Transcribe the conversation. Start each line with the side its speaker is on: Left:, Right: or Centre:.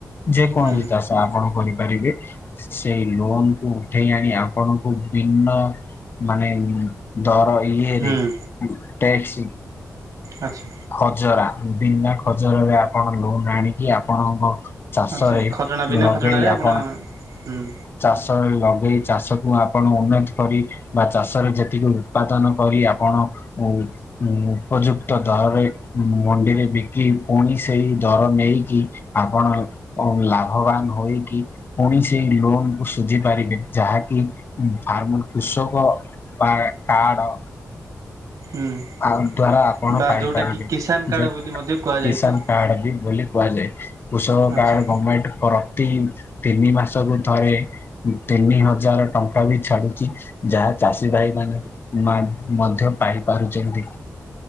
Left: ଯେ କୌଣସି
Right: ହୁଁ
Left: ଚାଷ ଆପଣ କରିପାରିବେ। ସେହି ଲୋନ କୁ ଉଠେଇ ଆଣି ଆପଣଙ୍କୁ ବିଭିନ୍ନ, ମାନେ ଦର ଇଏରେ,
Right: ହୁଁ
Left: ଉଁ- ଟ୍ୟାକ୍ସି
Right: ଆଚ୍ଛା
Left: ଖଜରା, ବିନା ଖଜରରେ, ଆପଣ ଲୋନ୍ ଆଣିକି ଆପଣଙ୍କ ଚାଷରେ
Right: ଆଚ୍ଛା ଖଜଣା ବିନା
Left: ଲଗେଇ
Right: ଖଜଣାରେ
Left: ଆପଣ
Right: ହୁଁ
Left: ଚାଷ ଲଗେଇ ଚାଷକୁୁ ଆପଣ ଉନତି କରି ବା ଚାଷରେ ଯେତିକି ଉତ୍ପାଦନ କରି ଆପଣ ଉ ଉପଯୁକ୍ତ ଦରରେ ମଣ୍ଡିରେ ବିକି ପୁଣି ସେଇ ଦର ନେଇକି ଆପଣ ଲାଭବାନ ହୋଇକି ପୁଣି ସେ ଲୋନକୁ ସୁଝି ପାରିବେ ଯାହାକି ଫାର୍ମ କୃଷଭ ବା କାଡ଼
Right: ହୁଁ
Left: ଆ ଦ୍ଵାରା ଆପଣ
Right: ବା
Left: ପାଇପାରିବେ
Right: ଯୋଉଟାକି କିଷାନ କାର୍ଡ଼
Left: ଯେ
Right: ବୋଲି ମଧ୍ୟ କୁହାଯାଇଥାଏ
Left: କିଷାନ କାର୍ଡ ବି ବୋଲି କୁହାଯାଏ। କୃଷକ
Right: ଆଚ୍ଛା
Left: କାର୍ଡ ଗର୍ମେଣ୍ଟ ରତି ତିନି ମାସକୁୁ ଥରେ ତିନି ହଜାର ଟଙ୍କା ବି ଛାଡୁଛି ଯାହା ଚାଷୀ ଭାଇ ମଧ୍ୟ ପାଇ ପାରୁଛନ୍ତି।